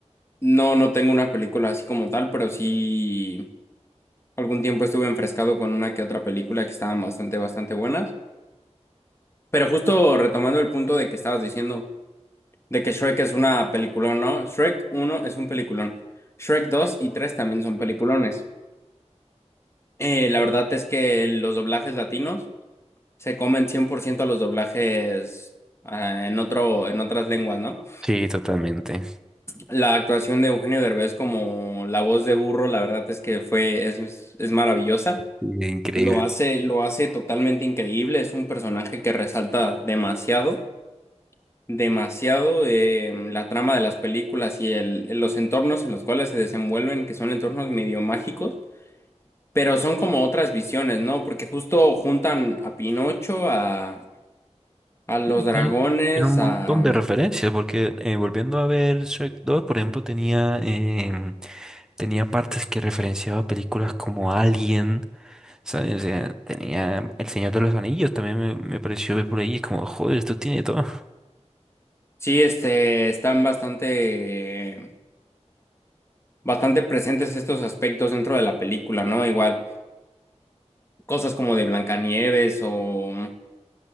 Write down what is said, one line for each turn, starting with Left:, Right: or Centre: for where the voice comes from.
Left: mm, no, no tengo una película así como tal, pero sí algún tiempo estuve enfrescado con una que otra película que estaban bastante, bastante buenas. Pero justo retomando el punto de que estabas diciendo de que Shrek es una peliculón, ¿no? Shrek uno es un peliculón. Shrek 2 y 3 también son peliculones. Eh, la verdad es que los doblajes latinos se comen 100% a los doblajes ah, en otro, en otras lenguas, ¿no?
Centre: Sí, totalmente.
Left: La actuación de Eugenio Derbez como la voz de burro, la verdad es que fue, es, es maravillosa.
Centre: Sí, Increíble.
Left: Lo hace, lo hace totalmente increíble. Es un personaje que resalta demasiado, demasiado eh, la trama de las películas y el, los entornos en los cuales se desenvuelven, que son entornos medio mágicos Pero son como otras visiones, ¿no? Porque justo juntan a Pinocho, a, a los
Centre: Sí,
Left: dragones,
Centre: Tiene tiene un montón
Left: a...
Centre: de referencias, porque eh, volviendo a ver Shrek dos, por ejemplo, tenía, em, tenía partes que referenciaba películas como Alien, ¿sabes? O sea, tenía El Señor de los Anillos, también me, me pareció ver por ahí, es como, joder, esto tiene todo.
Left: Sí, este, están bastante, bastante presentes estos aspectos dentro de la película, ¿no? Igual, cosas como de Blancanieves o...